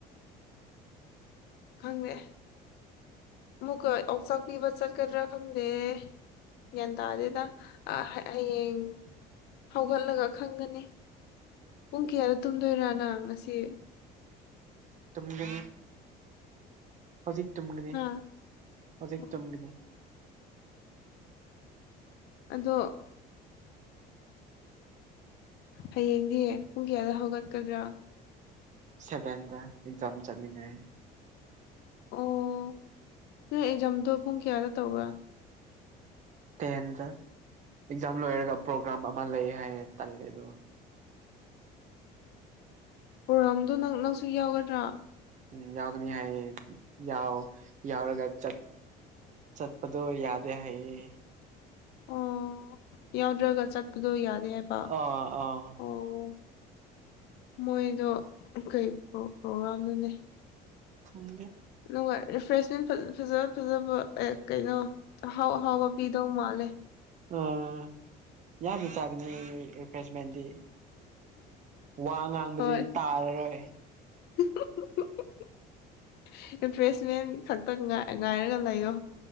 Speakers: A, on the left (about 70°); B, on the right (about 45°).
A: ꯈꯪꯗꯦ ꯑꯃꯨꯛꯀ ꯑꯣꯛꯆꯥꯛ ꯄꯤꯕ ꯆꯠꯀꯗ꯭ꯔꯥ ꯈꯪꯗꯦ ꯒ꯭ꯌꯥꯟ ꯇꯥꯗꯦꯗ ꯑ ꯍꯌꯦꯡ ꯍꯧꯒꯠꯂꯒ ꯈꯪꯒꯅꯤ ꯄꯨꯡ ꯀꯌꯥꯗ ꯇꯨꯝꯗꯨꯏꯔꯥ ꯅꯪ ꯉꯁꯤ
B: ꯨꯇꯨꯝꯒꯅꯤ ꯍꯧꯖꯤꯛ ꯇꯨꯝꯒꯅꯤ
A: ꯍꯥ
B: ꯍꯧꯖꯤꯛ
A: ꯑꯣ
B: ꯇꯨꯝꯒꯅꯤ
A: ꯑꯗꯣ ꯍꯌꯦꯡꯗꯤ ꯄꯨꯡ ꯀꯌꯥꯗ ꯍꯧꯒꯠꯀꯗ꯭ꯔꯥ
B: ꯁꯚꯦꯟꯗ ꯑꯦꯛꯖꯥꯝ ꯆꯠꯅꯤꯡꯉꯥꯢ
A: ꯑꯣ ꯅꯣꯏ ꯑꯦꯛꯖꯥꯝꯗꯣ ꯄꯨꯡ ꯀꯌꯥꯗ ꯇꯧꯕ꯭ꯔꯥ
B: ꯇꯦꯟꯗ ꯑꯦꯛꯖꯥꯝ ꯂꯣꯏꯔꯒ ꯄ꯭ꯔꯣꯒ꯭ꯔꯥꯝ ꯑꯃ ꯂꯩ ꯍꯥꯏꯌꯦ ꯇꯜꯂꯦ ꯑꯗꯣ
A: ꯄ꯭ꯔꯣꯒꯥꯝꯗꯣ ꯅꯪ ꯅꯪꯁꯨ ꯌꯥꯎꯒꯗ꯭ꯔꯥ
B: ꯎꯝ ꯌꯥꯎꯒꯅꯤ ꯍꯥꯏꯌꯦ ꯌꯥꯎ ꯌꯥꯎꯔꯒ ꯆꯠ ꯆꯠꯄꯗꯣ ꯌꯥꯗꯦ ꯍꯥꯏꯌꯦ
A: ꯑꯣ ꯌꯥꯎꯗ꯭ꯔꯒ ꯆꯠꯄꯗꯣ ꯌꯥꯗꯦ ꯍꯥꯏꯕ
B: ꯑꯥ ꯑꯥ
A: ꯑꯣ ꯃꯣꯏꯗꯣ ꯀꯩ ꯄ꯭ꯔꯣꯒꯥꯝꯅꯣꯅꯦ
B: ꯈꯪꯗꯦ
A: ꯅꯨꯡꯉꯥꯏ ꯔꯤꯐ꯭ꯔꯦꯁꯃꯦꯟ ꯐꯖ ꯐꯖꯕ ꯑꯦ ꯀꯩꯅꯣ ꯑꯍꯥꯎ ꯑꯍꯥꯎꯕ ꯄꯤꯗꯧ ꯃꯥꯜꯂꯦ
B: ꯑꯥ ꯌꯥꯝꯅ ꯆꯥꯒꯅꯤ ꯔꯤꯐ꯭ꯔꯦꯁꯃꯦꯟꯗꯤ ꯋꯥ ꯉꯥꯡꯕꯗꯤ
A: ꯍꯣꯏ
B: ꯇꯥꯔꯔꯣꯏ
A: <unintelligible> ꯔꯤꯐ꯭ꯔꯦꯁꯃꯦꯟ ꯈꯛꯇ ꯉꯥꯏꯔꯒ ꯂꯩꯌꯣ